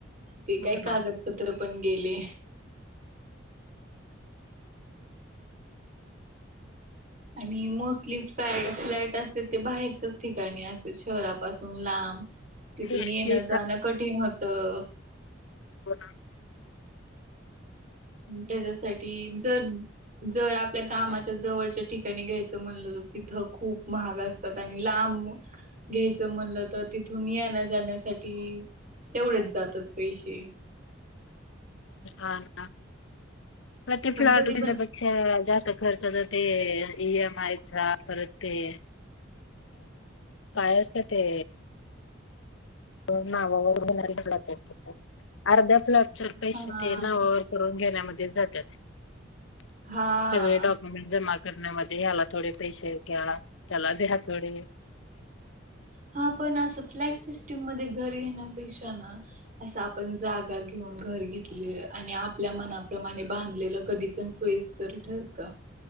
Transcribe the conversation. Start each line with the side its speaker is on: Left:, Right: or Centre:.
Right: ते
Left: हो
Right: काय
Left: ना
Right: कागदपत्र पण गेले. आणि मोस्टली फॅ -फ्लॅट असते, ते बाहेरच्याच ठिकाणी असते शहरा पासून लांब. तिथून
Left: ते
Right: येणं-जाणं
Left: जे
Right: कठीण होत. तर.
Left: हो ना.
Right: त्याच्यासाठी जर-जर आपल्या कामाच्या जवळच्या ठिकाणी घ्यायचं म्हणलं तर तिथं खूप महाग असतात. आणि लांब घ्यायचं म्हणलं तर तिथून येन्या-जाण्यासाठी तेवढेच जातात पैसे.
Left: हा. हा. पण ते फ्लॅट
Right: कधी
Left: घेण्यापेक्षा
Right: पण
Left: जास्त अस खर्च. ते ई एम आयचा परत ते काय असत ते <unintelligible> अर्धा आपलॉचर पैसे
Right: हा
Left: ते ना ववर करून घेण्यामध्ये जात <unintelligible> <inaudible> सगळे
Right: हा
Left: डॉक्युमेंट्स जमा करण्यामध्ये या्याला थोडे पैसे घ्याला त्यालाच ह्या थोडे
Right: हा पण असं फ्लॅट सिस्टीम मध्ये घर घेण्यापेक्षा ना अस आपण जागा घेऊन घर घेतले आणि आपल्या मनाप्रमाणे बांधलेलं कधी पण सोयीस्कर ठरत